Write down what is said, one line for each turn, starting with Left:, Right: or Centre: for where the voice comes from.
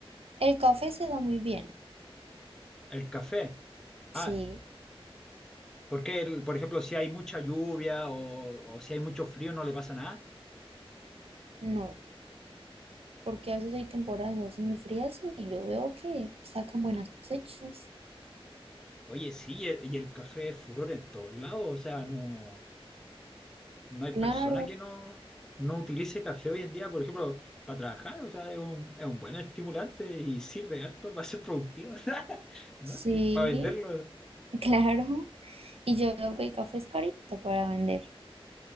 Right: El café se da muy bien,
Centre: El café. Ah,
Right: sí,
Centre: porque, el- por ejemplo, si hay mucha lluvia o, o si hay mucho frío, no le pasa nada.
Right: no, porque a veces hay temporadas así muy frías y yo veo que sacan buenas cosechas.
Centre: Oye, sí, y el, y el café es furor en todos lados, o sea, no, no hay
Right: Claro,
Centre: persona que no, no utilice café hoy en día, por ejemplo, para trabajar, o sea, es un, es un buen estimulante y sirve harto <laughs> para ser productivo, <laughs> o sea, ¿no?
Right: Sí,
Centre: Sí, para venderlo,
Right: <laughs> claro. Y yo veo que el café es carito para vender.